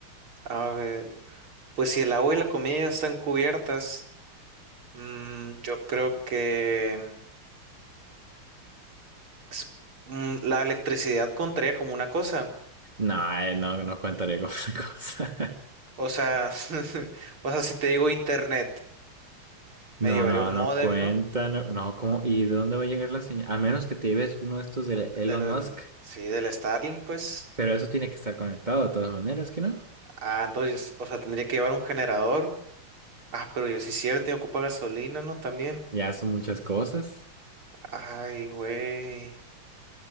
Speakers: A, on the right; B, on the right.
A: A ver, pues si el agua y la comida ya están cubiertas, mm, yo creo que mm, s- mm, la electricidad contaría como una cosa.
B: No, eh, no, no contaré con <laughs> cosa.
A: O sea, <laughs> o sea, si te digo internet,
B: No,
A: me llevaría
B: no,
A: un
B: no
A: módem,
B: cuenta,
A: ¿no?
B: no, no, ¿cómo? ¿Y de dónde va a llegar la señal? A menos que te lleves uno de estos de Elon
A: Del,
B: Musk,
A: sí, del Starlink, pues.
B: pero eso tiene que estar conectado de todas maneras, ¿que no?
A: Ah, entonces, o sea, tendría que llevar un generador. Ah, pero yo sí es cierto, y ocupa gasolina, ¿no? También.
B: Ya son muchas cosas,
A: Ay, güey.